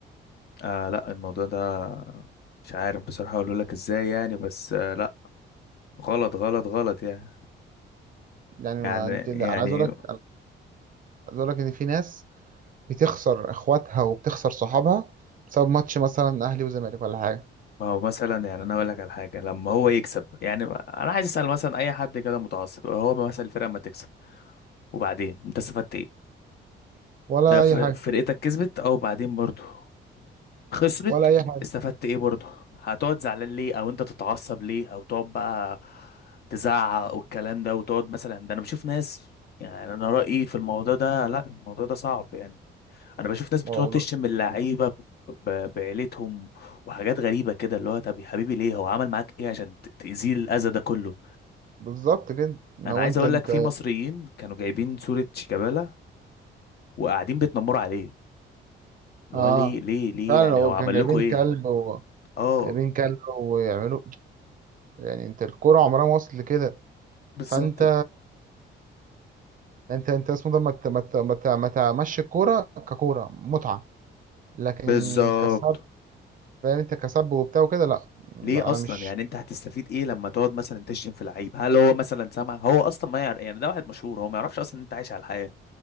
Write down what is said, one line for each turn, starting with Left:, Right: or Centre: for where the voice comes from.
Left: آه لا الموضوع ده مش عارف بصراحة اقول لك ازاي يعني بس آه لا غلط غلط غلط يعني
Right: يعني ما
Left: يعني
Right: انت انا
Left: يعني
Right: عايز اقول لك عايز اقول لك ان في ناس بتخسر اخواتها وبتخسر صحابها بسبب ماتش مثلا اهلي وزمالك ولا حاجه
Left: ما هو مثلا يعني انا اقول لك على حاجة لما هو يكسب يعني انا عايز اسأل مثلا اي حد كده متعصب هو مثلا الفرقة ما تكسب وبعدين انت استفدت ايه
Right: ولا
Left: آه ف-
Right: اي
Left: فرقتك
Right: حاجه
Left: كسبت او بعدين برضه خسرت
Right: ولا اي حاجه
Left: استفدت ايه برضه هتقعد زعلان ليه او انت تتعصب ليه او تقعد بقى تزعق والكلام ده وتقعد مثلا ده انا بشوف ناس يعني انا رأيي في الموضوع ده لا الموضوع ده صعب يعني انا بشوف ناس بتقعد
Right: والله.
Left: تشتم اللعيبة ب- ب- بعيلتهم وحاجات غريبة كده اللي هو طب يا حبيبي ليه هو عمل معاك ايه عشان ت- تأذيه الأذى ده كله
Right: بالظبط كده ان
Left: انا
Right: هو
Left: عايز
Right: انت
Left: اقول
Right: انت
Left: لك في مصريين كانوا جايبين صورة شيكابالا وقاعدين بيتنمروا عليه اللي
Right: اه
Left: هو ليه ليه ليه
Right: فعلا
Left: يعني
Right: هو
Left: هو عمل
Right: كان جايبين
Left: لكم ايه
Right: كلب و...
Left: اه
Right: جايبين كلب ويعملوا يعني انت الكوره عمرها ما وصلت لكده
Left: بالظبط
Right: فانت انت انت اسمه ده ما ت- ما ت- ما ت- ما تمشي الكوره ككوره متعه لكن
Left: بالظبط
Right: كسب فاهم انت كسب وبتاع وكده لا
Left: ليه
Right: لا
Left: اصلا
Right: انا مش
Left: يعني انت هتستفيد ايه لما تقعد مثلا تشتم في لعيب هل هو مثلا سامع هو اصلا ما يعرف يعني ده واحد مشهور هو ما يعرفش اصلا ان انت عايش على الحياه